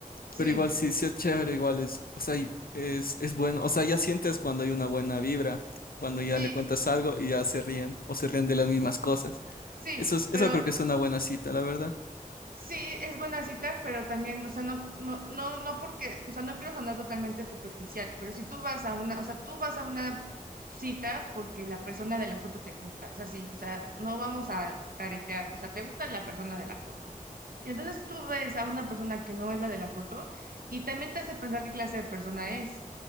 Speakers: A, on the right (about 80°); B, on the left (about 85°).
A: Sí,
B: Pero igual sí, sí es chévere, igual es, o sea, y- es, es bueno, o sea, ya sientes cuando hay una buena vibra, cuando
A: sí,
B: ya le cuentas algo y ya se ríen o se ríen de las mismas cosas.
A: sí,
B: Eso es-
A: pero
B: eso creo que es una buena cita, la verdad.
A: Sí, es buena cita, pero también, o sea, no, no, no, no porque, o sea, no quiero sonar totalmente superficial, pero si tú vas a una, o sea, tú vas a una cita porque la persona de la foto te gusta, es así, o sea, no vamos a caretear, o sea, te gusta la persona de la foto. Y entonces tú ves a una persona que no es la de la foto y también te hace pensar qué clase de persona es,